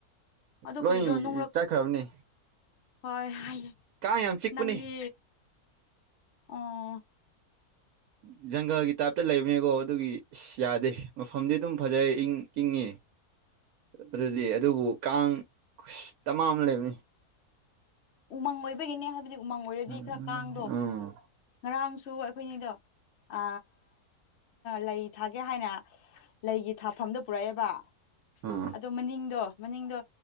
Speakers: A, on the left (about 60°); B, on the right (about 75°).
A: ꯑꯗꯨ
B: ꯂꯣꯏ
A: ꯀꯔꯤꯔꯣ ꯅꯨꯡꯔꯛ
B: ꯆꯥꯏꯈ꯭ꯔꯕꯅꯤ
A: ꯍꯣꯏ ꯍꯥꯏꯌꯦ
B: ꯀꯥꯏ ꯌꯥꯝ ꯆꯤꯛ ꯄꯨꯅꯦ
A: ꯅꯪꯗꯤ ꯑꯣ
B: ꯎ ꯖꯪꯒꯜꯒꯤ ꯇꯥꯏꯞꯇ ꯂꯩꯕꯅꯦꯀꯣ ꯑꯗꯨꯒꯤ ꯏꯁꯁ ꯌꯥꯗꯦ ꯃꯐꯝꯗꯤ ꯑꯗꯨꯝ ꯐꯖꯩ ꯏꯪ ꯀꯤꯡꯉ ꯑꯗꯨꯗꯤ ꯑꯗꯨꯕꯨ ꯀꯥꯡ ꯇꯃꯥ ꯑꯃ ꯂꯩꯕꯅꯤ
A: ꯎꯃꯪ ꯑꯣꯏꯕꯒꯤꯅꯦ ꯍꯥꯏꯕꯗꯤ ꯎꯃꯪ ꯑꯣꯏꯔꯗꯤ
B: ꯎꯝ
A: ꯈꯔ ꯀꯥꯡꯗꯣ ꯉꯔꯥꯡꯁꯨ ꯑꯩꯈꯣꯏꯅꯤꯗꯣ ꯑ ꯂꯩ ꯊꯥꯒꯦ ꯍꯥꯏꯅ ꯂꯩꯒꯤ ꯊꯥꯐꯝꯗ ꯄꯨꯔꯛꯑꯦꯕ
B: ꯎꯝ
A: ꯑꯗꯣ ꯃꯅꯤꯡꯗꯣ ꯃꯅꯤꯡꯗꯣ